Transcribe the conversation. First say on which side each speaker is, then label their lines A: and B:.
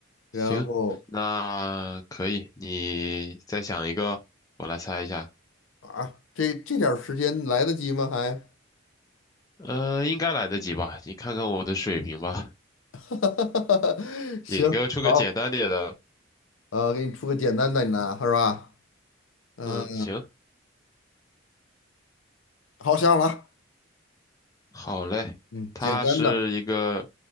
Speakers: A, on the left (about 75°); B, on the left (about 15°).
A: 然后
B: 行，那可以，你再想一个，我来猜一下。
A: 啊，这这点儿时间来得及吗？还，
B: 呃，应该来得及吧？你看看我的水平吧。
A: <laughs> 行，
B: 你给我出个简单点的。
A: 好，呃，给你出个简单的呢，是吧？嗯，
B: 嗯，行，
A: 好想好了，
B: 好嘞。
A: 嗯，
B: 它是一个，
A: 简单的